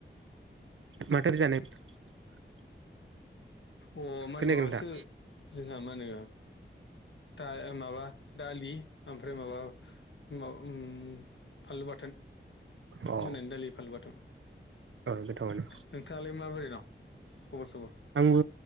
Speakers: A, on the right (about 90°); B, on the left (about 70°).
A: <inaudible>
B: अ मा
A: खोनायाखै
B: होनो माबासो
A: नोंथां
B: जोंहा मा होनो। दा माबा दालि ओमफ्राय माबा माबा उ फानलु बाथोन
A: अ ओ
B: मोनानि दालि फांलु बाथोन।
A: गोथावानो
B: नोंथाङालाय माबोरै दं खबर सबर
A: आंबो